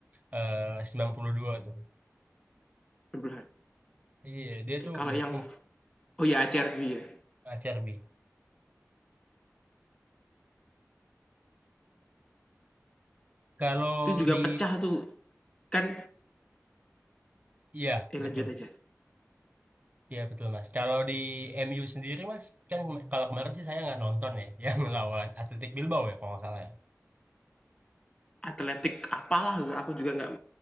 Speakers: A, on the right; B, on the left.
A: eh, 92 tuh.
B: sembilan.
A: Iya, dia tuh
B: Eh, kalau
A: men-
B: yang
A: um,
B: oh ya, Acerbi ya.
A: ACRB. Kalau
B: Itu juga
A: di
B: pecah tuh. Kan
A: iya,
B: eh lanjut
A: betul.
B: aja.
A: Iya, betul Mas. Kalau di MU sendiri Mas, kan kema- kalau kemarin sih saya nggak nonton ya <laughs> yang lawan Athletic Bilbao ya kalau nggak salah ya.
B: Atletik apalah aku juga nggak